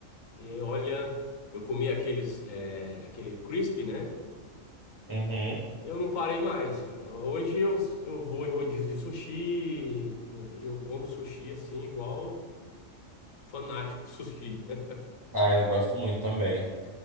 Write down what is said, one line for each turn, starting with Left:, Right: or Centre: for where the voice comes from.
Left: e olha, eu comi aqueles, é, aquele crisp, né?
Right: Uhum.
Left: Eu não parei mais, cara. Hoje eu, eu vou em rodízio de sushi, eu como sushi assim, igual fanático por sushi. <laughs>
Right: Ah, eu gosto muito também.